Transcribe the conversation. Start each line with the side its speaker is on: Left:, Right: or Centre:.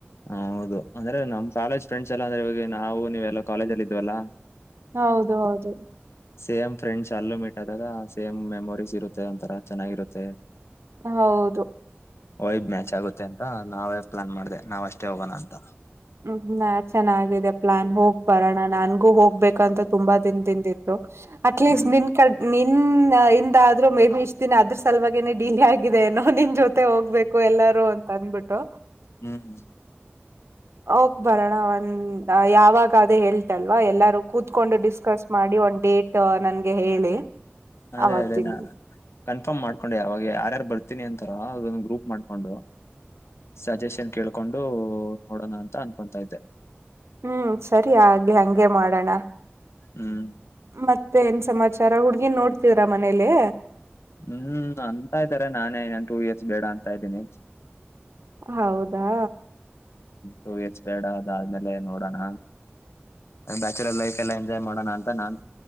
Left: ಹ ಹೌದು ಅಂದ್ರೆ ನಮ್ಮ ಕಾಲೇಜ್ ಫ್ರೆಂಡ್ಸ್ ಎಲ್ಲ ಅಂದ್ರೆ ಇವಾಗ ನಾವು ನೀವೆಲ್ಲ ಕಾಲೇಜ ಅಲ್ಲಿ ಇದ್ವಲ್ಲಾ.
Right: ಹೌದು ಹೌದು.
Left: ಸೇಮ್ ಫ್ರೆಂಡ್ಸ್ ಅಲ್ಲೂ ಮೀಟ್ ಆದಾಗ ಸೇಮ್ ಮೆಮೊರೀಸ್ ಇರುತ್ತೆ ಒಂಥರ ಚೆನ್ನಾಗಿರುತ್ತೆ.
Right: ಹೌದು.
Left: ವಯ ಮ್ಯಾಚ್ ಆಗುತ್ತೆ ಅಂತ ನಾವೇ ಪ್ಲಾನ್ ಮಾಡಿದೆ ನಾವ್ ಅಷ್ಟೇ ಹೋಗೋಣ ಅಂತ.
Right: ಹ್ಮ ನಾ ಚೆನ್ನಾಗಿದೆ ಪ್ಲಾನ್ ಹೋಗ್ ಬರೋಣ ನನ್. ಹೋಗ್ಬೇಕಂತ ತುಂಬಾ ದಿನ ದಿಂದ ಇತ್ತು. ಅಟ್ಲೀಸ್ಟ್
Left: ಹ್ಮ್
Right: ನಿನ್ ಕಡ್ ನಿನ್ ಇಿಂದಾದ್ರೂ ಮೇ ಬಿ ಇ. ದಿನ ಅದ್ರ ಸಲುವಾಗ ನನೆ ಡಿಲೇ ಆಗಿದೆ ನಾವ್ ನಿಮ್ ಜೊತೆ ಹೋಗ್ಬೇಕು ಎಲ್ಲಾರು ಅಂತ ಅಂದಬಿಟು
Left: ಹ್ಮ್
Right: ಹೋಗ್ ಬರೋಣ ಒಂದ ಯಾವಾಗ ಅದೇ ಹೇಳ್ತಲ್ವಾ ಎಲ್ಲಾರೂ. ಕೂತ್ಕೊಂಡು ಡಿಸ್ಕಸ್ ಮಾಡಿ ಒಂದ್ ಡೇಟ್ ನನ್ಗೆ ಹೇಳಿ
Left: ಅದೇ
Right: ಅವತ್ತಿಂದ
Left: ಅದೇ ನಾ ಕನ್ಫರ್ಮ್ ಮಾಡ್ಕೊಂಡು ಯಾವಾಗ ಯಾರ್ಯಾರು ಬರ್ತೀನಿ ಅಂತಾರ ಅದೊಂದು ಗ್ರೂಪ್ ಮಾಡ್ಕೊಂಡು. ಸಜೆಷನ್ ಕೇಳ್ಕೊಂಡು ನೋಡೋಣ ಅಂತ ಅನ್ಕೊತಾ ಇದ್ದೆ
Right: ಹ್ಮ್ ಸರಿ ಆಗಲಿ ಹಂಗೆ ಮಾಡೋಣ
Left: ಹ್ಮ್
Right: ಮತ್ತ ಮತ್ತೆ ಏನ್ ಸಮಾಚಾರ ಹುಡ್ಗಿನ್ ನೋಡ್ತೀರಾ ಮನೇಲಿ
Left: ಹ್ಮ್ ಅಂತ ಇದ್ದಾರೆ ನಾನೇ ಇನ್ ಟೂ ಇಯರ್ಸ್ ಬೇಡ ಅಂತ ಇದ್ದೀನಿ
Right: ಹೌದಾ
Left: ಟು ಇಯರ್ಸ್ ಬೇಡ ಅದದ್ಮೇಲೆ ನೋಡೋಣ ಬ್ಯಾಚುಲರ್ ಲೈಫ್ ಎಲ್ಲ ಎಂಜಾಯ್ ಮಾಡೋಣ ಅಂತ ನಾನ್